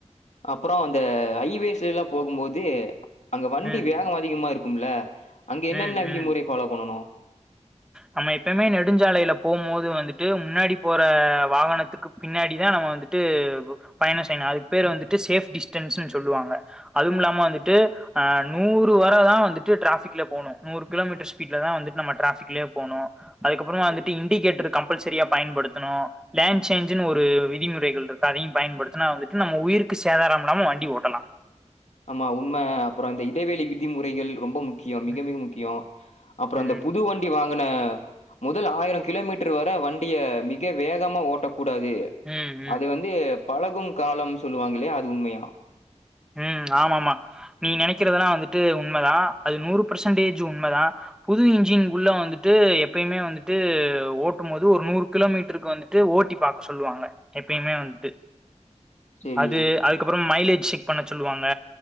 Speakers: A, on the left; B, in the centre.
A: அப்றோ அந்த ஹைவேஸ்லெல்லா போகும்போது அங்க வண்டி
B: ம்
A: வேகம் அதிகமா இருக்கும்ல அங்க என்னென்ன
B: ம்
A: விதிமுறை
B: ம்
A: ஃபாலோ பண்ணனு
B: நம்ம எப்பமே நெடுஞ்சாலையில போம் போது வந்துட்டு முன்னாடி போற வாகனத்துக்கு பின்னாடிதா நம்ம வந்துட்டு பயணம் செய்யணு அதுக்கு பேர் வந்துட்டு சேஃப் டிஸ்டன்ஸ்ன்னு சொல்லுவாங்க அதும் இல்லாம வந்துட்டு ஆஹ் நூறு வர தா வந்துட்டு ட்ராபிக்ல போனு நூறு கிலோமீட்டர் ஸ்பீட்ல தா வந்துட்டு நம்ம டிராபிக்லே போணு அதுக்கப்புறமா வந்துட்டு இண்டிகேட்டரு கம்பல்சரியா பயன்படுத்தணு லேண்ட் சேஞ்சுன்னு ஒரு விதிமுறைகள் இருக்கு அதையும் பயன்படுத்துனா வந்துட்டு நம்ம உயிருக்கு சேதாரம் இல்லாம வண்டி ஓட்டலாம்
A: ஆமா உண்மை அப்பறோந்த இடைவேளை விதிமுறைகள் ரொம்ப முக்கி யோ மிக
B: ம்
A: மிக முக்கியோ அப்றோ
B: ம்
A: அந்த புதுவண் டி வாங்கன முதல் ஆயிரம் கிலோமீட்டர் வர வண்டிய மிக வேகமா ஓட்டக் கூடாது
B: ம் ம்
A: அது வந்து பழகும் காலம் சொல்லுவாங் இல்லையா அது உண்மையா
B: ம் ஆம ஆாமாமா நீ நெனைக்கறதெல்லா வந்துட்டு உண்மைதா அது நூறு பர்சன்டேஜ் உண்மதா புது இன்ஜின்குள்ள வந்துட்டு எப்பயுமே வந்துட்டு ஓட்டும் போது ஒரு நூறு கிலோமீட்டருக்கு வந்துட்டு ஓட்டி பாக்க சொல்லுவாங்க எப்பயுமே வந்துட்டு
A: சரி.
B: அது அதுக்கப்றோம் மைலேஜ் செக் பண்ண சொல்லுவாங்க